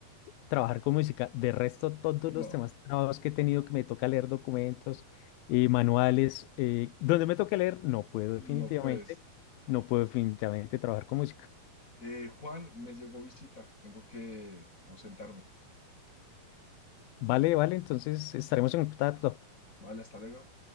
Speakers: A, on the left; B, on the left.
A: trabajar con música. De resto, todos
B: no,
A: los temas trabajos que he tenido que me toca leer documentos, eh, manuales, eh, donde me toca leer, no puedo
B: no
A: definitivamente,
B: pues.
A: no puedo definitivamente trabajar con música.
B: Eh, Juan, me llegó visita, tengo que ausentarme.
A: Vale, vale, entonces estaremos en contacto.
B: Vale, hasta luego.